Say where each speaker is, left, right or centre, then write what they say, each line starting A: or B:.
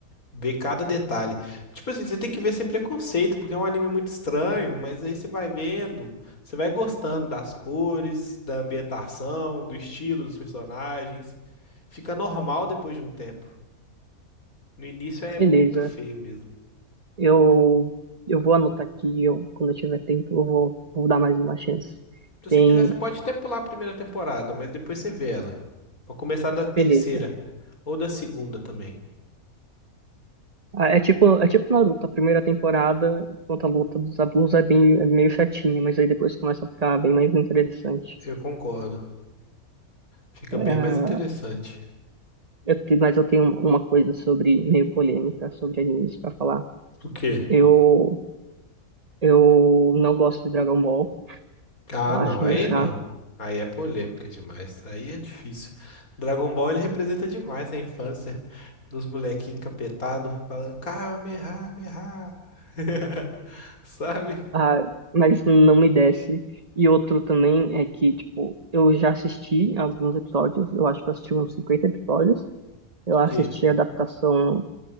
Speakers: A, on the left; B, on the right.
A: Ver cada detalhe. Tipo assim, você tem que ver sem preconceito, porque é um anime muito estranho, mas aí você vai vendo, você vai gostando das cores, da ambientação, do estilo dos personagens. Fica normal depois de um tempo. No início é
B: Beleza.
A: muito feio mesmo.
B: Eu, eu vou anotar aqui, eu, quando eu tiver tempo, eu vou, vou dar mais uma chance.
A: Se
B: Tem.
A: você quiser, você pode até pular a primeira temporada, mas depois você vê ela. Pra começar da terceira
B: Beleza.
A: ou da segunda também.
B: Ah, É tipo, é tipo Naruto, a primeira temporada, enquanto a luta dos Abus é bem, é meio chatinha, mas aí depois começa a ficar bem mais interessante.
A: Eu concordo. Fica
B: Ah,
A: bem mais interessante.
B: eu, te- mas eu tenho uma coisa sobre, meio polêmica, sobre animes pra falar.
A: O quê?
B: Eu, eu não gosto de Dragon Ball,
A: Ah,
B: eu
A: não,
B: acho
A: aí
B: meio chato,
A: não. Aí é polêmica demais. Aí é difícil. Dragon Ball ele representa demais a infância dos molequinhos encapetados falando Kamehameha. <laughs> Sabe?
B: ah, mas não me desce. E outro também é que, tipo, eu já assisti alguns episódios, eu acho que eu assisti uns 50 episódios. Eu
A: De
B: assisti
A: quê?
B: a adaptação